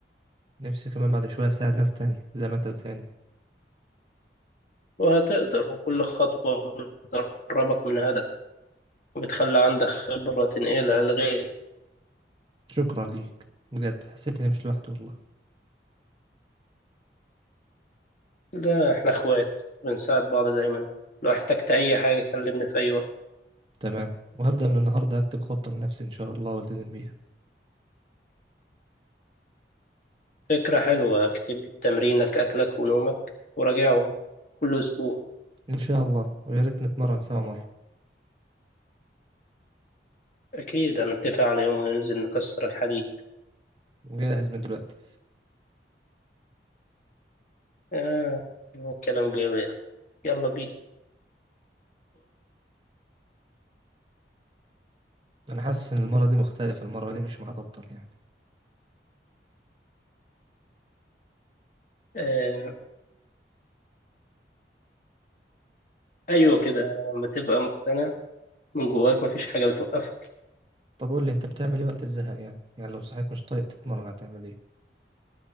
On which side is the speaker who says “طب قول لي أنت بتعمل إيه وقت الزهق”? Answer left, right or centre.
Right